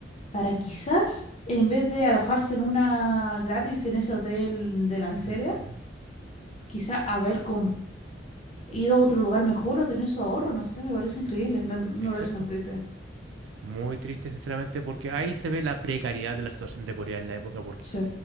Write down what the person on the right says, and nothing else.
Ujú,
Exacto.
Muy triste, sinceramente, porque ahí se ve la precariedad de la situación de Corea en la época,